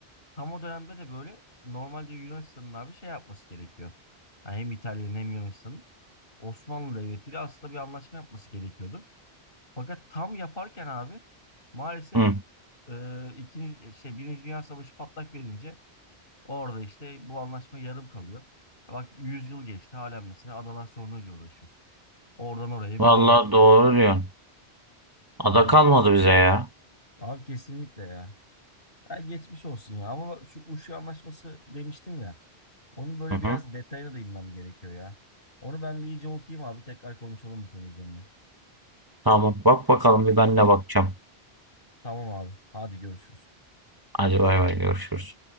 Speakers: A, on the left; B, on the right.
A: Tam o dönemde de böyle normalde Yunanistan'ın abi şey yapması gerekiyor. Ha, hem İtalya'nın hem Yunanistan'ın Osmanlı Devleti ile aslında bir anlaşma yapması gerekiyordu. Fakat tam yaparken abi maalesef
B: Hı.
A: e, ikinci şey Birinci Dünya Savaşı patlak verince orada işte bu anlaşma yarım kalıyor. Bak 100 yıl geçti halen mesela adalar sorunuyla uğraşıyoruz. Oradan oraya bir
B: Vallahi
A: bağlantı
B: doğru
A: var
B: diyorsun.
A: ya.
B: Ada
A: Aynen
B: kalmadı
A: öyle.
B: bize ya.
A: Abi kesinlikle ya. Ya geçmiş olsun ya ama şu Uşu Anlaşması demiştim ya. Onun böyle
B: Hı hı.
A: biraz detayına da inmem gerekiyor ya. Onu ben bir iyice okuyayım abi tekrar konuşalım bu konu üzerine.
B: Tamam bak bakalım bir ben de bakacağım.
A: Tamam abi hadi görüşürüz.
B: Hadi bay bay görüşürüz.